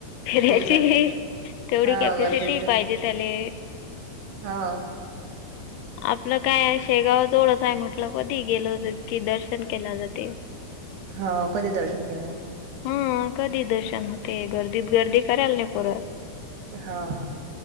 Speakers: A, on the left; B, on the right.
A: फिरायची
B: गर्दी
A: ही, तेवढी
B: हा
A: कॅपॅसिटीही
B: गर्दीच आहे.
A: पाहिजे त्याले
B: हा
A: आपलं काय, शेगाव जवळच हाय. म्हटलं कधी ही गेल की दर्श र्शन केला जातय.
B: हो कधी दर्शन केले जाते मग
A: हूं, कधीही दर्शन होतय. गर्दीत गर्दी करायला नाय पर
B: हा हा